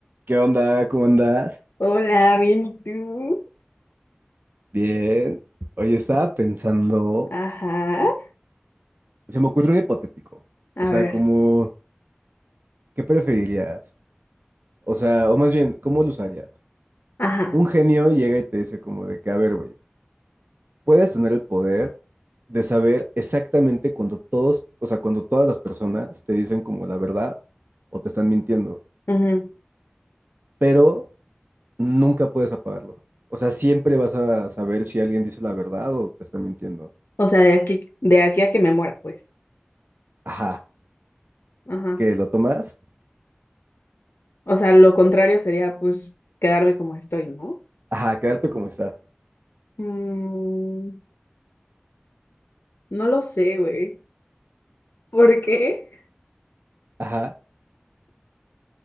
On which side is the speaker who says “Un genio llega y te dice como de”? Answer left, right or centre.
Right